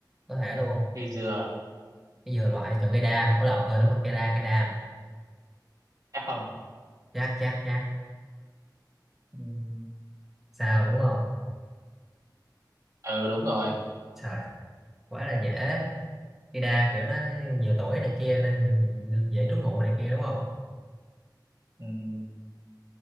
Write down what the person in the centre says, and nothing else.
có thể luôn
cái dừa loại chọn cây đa ủa lộn ờ đúng rồi cây đa cây đa
chát chát chát
sao đúng không
trời quá là dễ Ida kiểu nó nhiều tuổi này kia nên dễ trú ngụ này kia đúng không